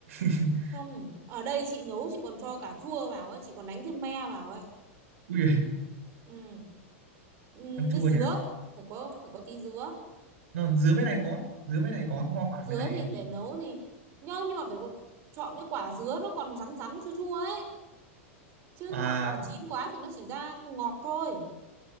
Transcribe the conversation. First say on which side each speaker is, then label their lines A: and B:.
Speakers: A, on the right; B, on the right.
A: <laughs>
B: Không, ở đây chị nấu chị còn cho cà chua vào ấy, chị còn đánh thêm me vào ấy.
A: Ui, giời,
B: Ừ. Ừ,
A: ăn
B: với
A: chua
B: dứa,
A: nhỉ
B: phải có phải có tí dứa.
A: Ờ, dứa bên này có dứa bên
B: Ừ.
A: này có hoa quả
B: Dứa
A: bên này
B: thì
A: thì
B: để nấu thì nhá nhưng mà phải có chọn cái quả dứa nó còn rắn rắn chua chua ấy. Chứ
A: à
B: mà quả chín quá thì nó chỉ ra ngọt thôi.